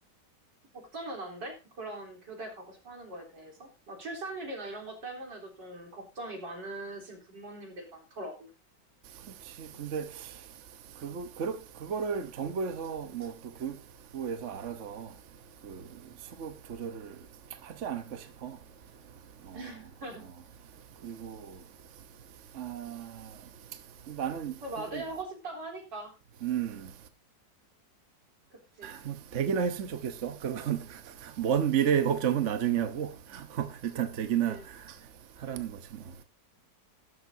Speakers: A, on the right; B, on the right.
A: 걱정은 안 돼? 그런 교대 가고 싶어 하는 거에 대해서? 막 출산율이나 이런 것 때문에도 좀 걱정이 많으신 부모님들이 많더라고.
B: 그렇지. 근데, 그거, 그러, 그거를 정부에서 뭐 또 교육부에서 알아서 그 수급 조절을 하지 않을까 싶어. 어,
A: <laughs>
B: 어. 그리고, 아, 나는,
A: 그럼 아들이
B: 근데,
A: 하고 싶다고 하니까.
B: 음,
A: 그치,
B: 뭐 되기나 했으면 좋겠어. 그건 <laughs> 먼 미래의 걱정은 나중에 하고, <laughs> 일단
A: 그치.
B: 되기나 하라는 거지 뭐.